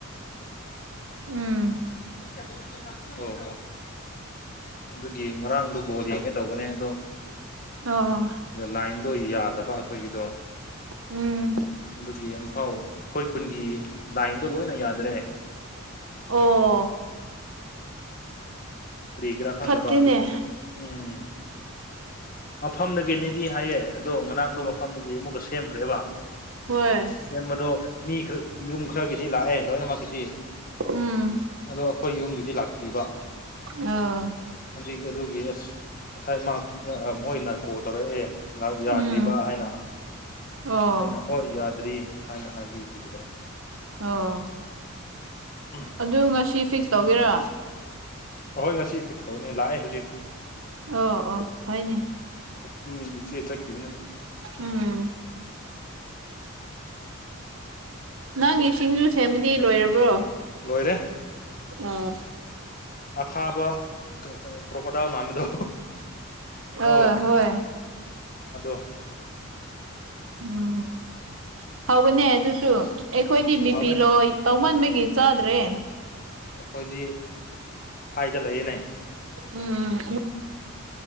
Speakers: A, on the right; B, on the left.
A: ꯎꯝ
B: <unintelligible> ꯑꯗꯨꯒꯤ ꯉꯔꯥꯡꯗꯨ ꯕꯣꯜ ꯌꯦꯡꯒꯦ ꯇꯧꯕꯅꯦ ꯑꯗꯣ
A: ꯑꯣ
B: ꯂꯥꯏꯟꯗꯣ ꯌꯥꯗꯕ ꯑꯩꯈꯣꯏꯒꯤꯗꯣ
A: ꯎꯝ
B: ꯑꯗꯨꯒꯤ ꯑꯝꯐꯥꯎ ꯑꯈꯣꯏ ꯈꯨꯟꯒꯤ ꯂꯥꯏꯟꯗꯣ ꯂꯣꯏꯅ ꯌꯥꯗꯔꯦ
A: ꯑꯣ
B: ꯀ꯭ꯔꯤꯒꯤꯔꯥ ꯈꯪꯗꯕ
A: ꯐꯠꯇꯦꯅꯦ
B: ꯑꯗꯨꯒꯤ ꯎꯝ ꯃꯐꯝꯗꯒꯦꯅꯦꯗꯤ ꯍꯥꯏꯌꯦ ꯑꯗꯣ ꯉꯔꯥꯡꯗꯣ ꯃꯐꯝꯗꯒꯤ ꯑꯃꯨꯛꯀ ꯁꯦꯝꯈ꯭ꯔꯦꯕ
A: ꯍꯣꯏ
B: ꯁꯦꯝꯕꯗꯣ ꯃꯤ ꯈꯔ ꯌꯨꯝ ꯈꯔꯒꯤꯗꯤ ꯂꯥꯛꯑꯦ ꯂꯣꯏꯅꯃꯛꯀꯤꯗꯤ
A: ꯎꯝ
B: ꯑꯗꯣ ꯑꯈꯣꯏ ꯌꯨꯝꯒꯤꯗꯤ ꯂꯥꯛꯇ꯭ꯔꯤꯕ
A: ꯑ
B: ꯑꯗꯨꯒꯤ ꯑꯗꯨꯒꯤ ꯑꯁ ꯉꯁꯥꯏ ꯃꯥ ꯃꯣꯏꯅ ꯀꯣꯜ ꯇꯧꯔꯛꯑꯦ ꯕ꯭ꯂꯕ ꯌꯥꯗ꯭ꯔꯤꯕ
A: ꯎꯝ
B: ꯍꯥꯏꯅ
A: ꯑꯣ
B: ꯑꯩꯅ ꯍꯣꯏ ꯌꯥꯗ꯭ꯔꯤ ꯍꯥꯏꯅ ꯍꯥꯏꯕꯤꯈꯤꯕꯅꯦ
A: ꯑꯣ
B: ꯎꯝ
A: ꯑꯗꯨ ꯉꯁꯤ ꯐꯤꯛꯁ ꯇꯧꯒꯦꯔꯥ
B: ꯍꯣꯏ ꯉꯁꯤ ꯐꯤꯛꯁ ꯇꯧꯅꯤ ꯂꯥꯛꯑꯦ ꯍꯧꯖꯤꯛ
A: ꯑꯣ ꯑꯣ ꯐꯩꯅꯦ
B: ꯎꯝ ꯏꯆꯦ ꯆꯠꯈꯤꯕꯅꯦ
A: ꯎꯝ ꯅꯪꯒꯤ ꯁꯤꯡꯖꯨ ꯁꯦꯝꯕꯗꯤ ꯂꯣꯏꯔꯕ꯭ꯔꯣ
B: ꯂꯣꯏꯔꯦ
A: ꯑꯥ
B: ꯑꯈꯥꯕ ꯀ꯭ꯔꯣꯀꯣꯗꯥꯜ ꯃꯥꯟꯕꯗꯨ
A: ꯑ
B: ꯑꯣ
A: ꯍꯣꯏ
B: ꯑꯗꯨ
A: ꯎꯝ ꯍꯥꯎꯕꯅꯦ ꯑꯗꯨꯁꯨ ꯑꯩꯈꯣꯏꯗꯤ ꯕꯤ
B: ꯍꯥꯎꯋꯦ
A: ꯄꯤ ꯂꯣ ꯑꯣꯏ ꯇꯧꯃꯥꯟꯕꯒꯤ ꯆꯥꯗ꯭ꯔꯦ
B: ꯑꯩꯈꯣꯏꯗꯤ ꯍꯥꯏꯗ ꯂꯩꯌꯦꯅꯦ
A: ꯎꯝ